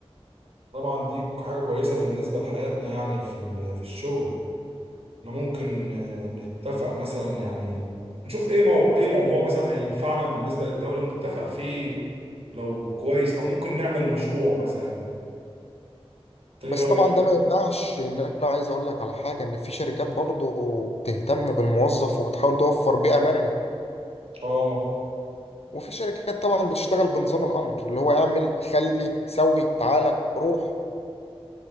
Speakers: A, on the right (about 65°); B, on the left (about 75°).
A: طبعا دي حاجة كويسة بالنسبة لحياتنا يعني في ال- في الشغل احنا ممكن آه، نتفق مثلا يعني نشوف ايه مو اي موضوع مثلا هينفعنا بالنسبة للدولة ونتفق فيه لو كويس او ممكن نعمل مشروع مثلا انت
B: بس
A: ايه رأيك
B: طبعا ده ما يمنعش ان انا عايز اقول لك على حاجة ان في شركات برضو بتهتم بالموظف وبتحاول توفر بيئة مرنة
A: اه
B: وفي شركات طبعا بتشتغل بنظام الامر اللي هو اعمل خلي سوي تعالى روح